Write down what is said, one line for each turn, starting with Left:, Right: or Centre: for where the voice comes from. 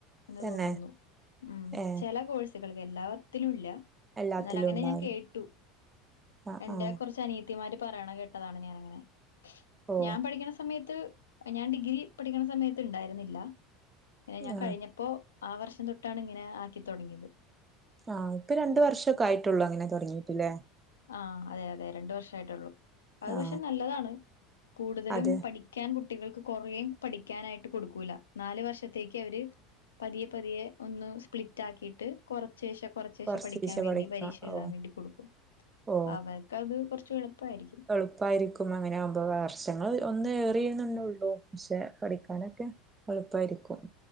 Left: ന്ന്
Right: തന്നെ
Left: തോൻന്നു ഉം
Right: ഏഹ്
Left: ചെല കോഴ്സുകൾക്ക് എല്ലാവ്ത്തിലുല്ല
Right: എല്ലാത്തിലും
Left: ന്നാലങ്ങനെ
Right: ഉണ്ടാവും
Left: ഞാൻ കേട്ടു
Right: ആ
Left: എന്റെ
Right: ആ
Left: കുറച്ചനിയ ത്തിമാര് പറയണകേട്ടതാണ് ഞാനങ്ങനെ
Right: ഓ
Left: ഞാൻ പഠിക്കണ സമയത്ത് ഞാൻ ഡിഗ്രി പഠിക്കണ സമയത്ത് ഇ ണ്ടായിരുന്നില്ല എഹ് ഞാൻ
Right: ആ
Left: കഴിഞ്ഞ പ്പോ ആ വർഷം തൊട്ടാണ് ഇങ്ങനെ ആക്കി തുടങ്ങിയത്
Right: ആഹ് ഇപ്പ രണ്ട് വർഷക്കെ ആയിട്ടുള്ളൂ അങ്ങനെ തുടങ്ങിയിട്ട് ല്ലേ
Left: ആഹ് അതെ അതെ രണ്ട് വർഷായിട്ടുള്ളൂ അത്
Right: ആ
Left: പക്ഷെ നല്ലതാണ് കൂടുതലും
Right: അതെ
Left: പഠി ക്യാൻ കുട്ടികൾക്ക് കുറേ പഠിക്കാനായിട്ട് കൊടുക്കൂല്ല നാല് വർഷത്തേക്കവര് പതിയെ പതിയെ ഒന്ന് സ്പ്ലിറ്റാക്കിയിട്ട് കൊറ ശേഷം കുറച്ചേശെ
Right: കൊറച്ചീശെ
Left: പഠിയ്ക്കാൻ വേണ്ടി
Right: പഠിക്കാം
Left: പരീക്ഷ എഴുതാൻ
Right: ഓ
Left: വേണ്ടി കൊടുക്കും
Right: ഓ
Left: അവർക്കത് കൊറച്ചെളുപ്പായിരിക്കും
Right: എളുപ്പായിരിക്കും അങ്ങയാമ്പോ വർഷങ്ങൾ ഒന്ന് ഏറിയുന്നുള്ളൂ ക്ഷെ പഠിക്കാനൊക്കെ എളുപ്പായിരിക്കും